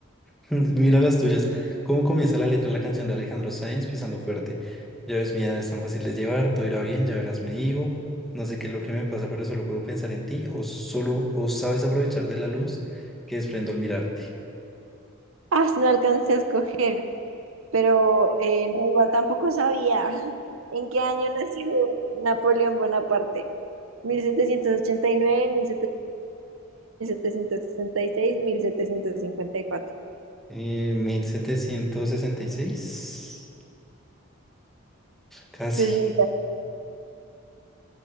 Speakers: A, in the centre; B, on the right (about 80°).
A: <laughs> Mira las tuyas. ¿Cómo comienza la letra de la canción de Alejandro Sanz pisando fuerte? Ya ves, mi edad es tan fácil de llevar, todo irá bien, ya verás, me digo. No sé qué es lo que me pasa, pero solo puedo pensar en ti, o solo, o sabes aprovechar de la luz que desprendo al mirarte.
B: ah, no alcancé a escoger, pero eh, no, igual tampoco sabía. <laughs> ¿En qué año nació Napoleón Bonaparte? Mil mil mil mil setecientos setecientos setecientos ochenta y y y nueve, nueve, sesenta sesenta y seis, mil setecientos cincuenta y cuatro.
A: Eh, 1766, casi.
B: Entonces,